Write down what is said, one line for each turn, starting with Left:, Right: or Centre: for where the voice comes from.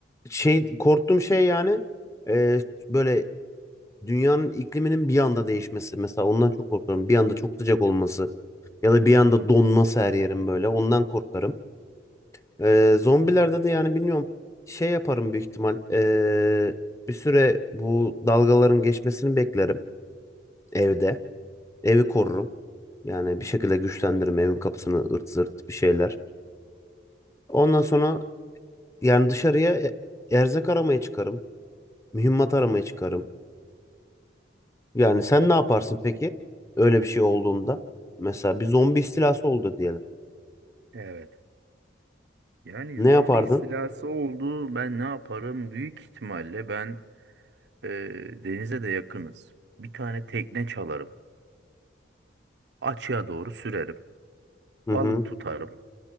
Left: şey korktuğum şey yani e, böyle dünyanın ikliminin bir anda değişmesi. Mesela ondan çok korkarım. Bir anda çok sıcak olması ya da bir anda donması her yerim böyle. Ondan korkarım. E, zombilerde de yani bilmiyorum şey yaparım büyük ihtimal. E, bir süre bu dalgaların geçmesini beklerim. evde. Evi korurum. Yani bir şekilde güçlendiririm evin kapısını ırt zırt bir şeyler. Ondan sonra yani dışarıya e- erzak aramaya çıkarım. Mühimmat aramaya çıkarım. Yani sen ne yaparsın peki? Öyle bir şey olduğunda. Mesela bir zombi istilası oldu diyelim.
Right: Evet. Yani
Left: Ne
Right: zombi
Left: yapardın?
Right: istilası oldu. Ben ne yaparım? Büyük ihtimalle ben e, denize de yakınız. Bir tane tekne çalarım. Açığa doğru sürerim.
Left: Hı hı.
Right: Balık tutarım.